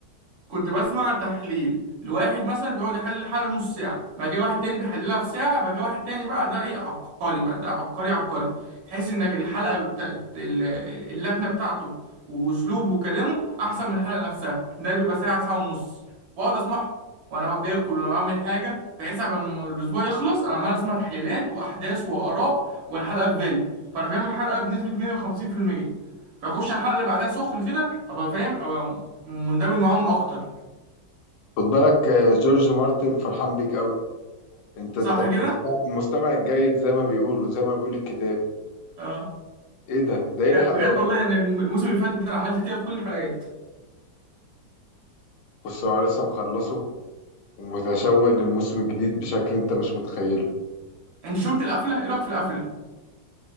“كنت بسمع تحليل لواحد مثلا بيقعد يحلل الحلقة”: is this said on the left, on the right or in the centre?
Right